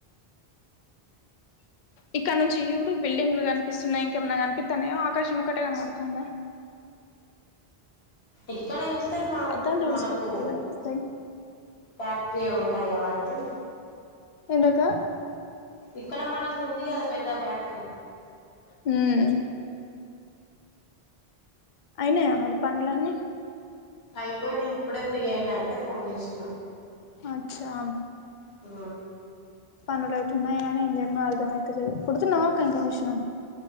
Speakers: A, on the left (about 55°); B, on the left (about 75°).
A: ఇక్కడ నుంచి యూడు బిల్డింగ్లు కనిపిస్తున్నాయి ఇంకేమన్న కనిపిత్తన్నాయో ఆకాశం ఒక్కటే కనబడుతాందా
B: ఇక్కడ చూస్తే మనకు
A: అద్దాలు
B: చుట్టూ
A: తుడుసుకో
B: మనకు
A: తల్లి కనిపిస్తాయి
B: ఫ్యాక్టరీ ఉంటది కాబట్టి
A: ఎంటకా
B: ఇక్కడ మనకు ఉంది కదా పెద్ద ఫ్యాక్టరీ
A: హ్మ్ అయినాయ మరి పనులన్నీ
B: అయిపోయినై ఇప్పుడే ఫ్రీ అయినా అయితే ఫోన్ చేసిన
A: అచ్చా
B: ఆ
A: పనులయతున్నాయి గాని ఇంగేన్నో అర్థం అయితలెదు కుడుతున్నావా అక్క ఇంక మిషను